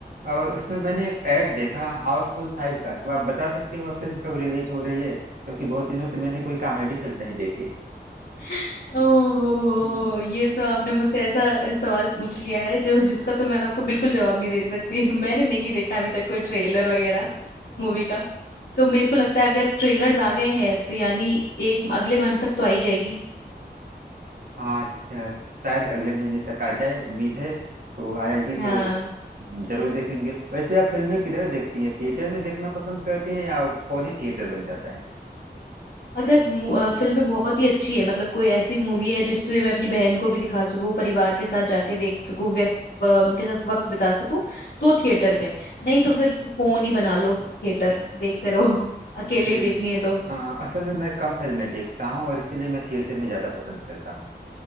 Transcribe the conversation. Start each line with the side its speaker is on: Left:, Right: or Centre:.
Right: और उसमें मैंने एक ऐड देखा हाउसफुल फाइव का तो आप बता सकते हैं वह फिल्म कब रिलीज हो रही है क्योंकि बहुत दिनों से मैंने कोई कॉमेडी फिल्म नहीं देखी
Left: <laughs> ओहो हो
Right: <laughs>
Left: ये तो आपने मुझसे ऐसा सवाल पूछ लिया है जो जिसका तो मैं आपको बिल्कुल जवाब नहीं दे सकती <laughs> मैंने नहीं देखा अभी तक कोई ट्रेलर वगैरह मूवी का तो मेरे को लगता है अगर ट्रेलर्स आ गए हैं तो यानी एक अगले मंथ तक तो आ ही जाएगी
Right: हाँ अ, शायद अगले महीने तक आ जाए उम्मीद है तो आएगी
Left: हाँ
Right: तो जरूर देखेंगे वैसे आप फिल्में किधर देखती हैं थिएटर में देखना पसंद करती हैं या फोन ही थिएटर बन जाता है
Left: अगर मु- अ, फिल्में बहुत ही अच्छी है मतलब कोई ऐसी मूवी है जिससे मैं अपनी बहन को भी दिखा सकूं परिवार के साथ जाके देख सकूं व्यक्त अ, उनके साथ वक्त बिता सकूं तो थिएटर में नहीं तो फिर फोन ही बना लो थिएटर देखते रहो <laughs> अकेले
Right: जी
Left: ही देखनी है तो
Right: अ, असल में मैं कम फिल्में देखता हूँ और इसीलिए मैं थिएटर में ज्यादा पसंद करता हूँ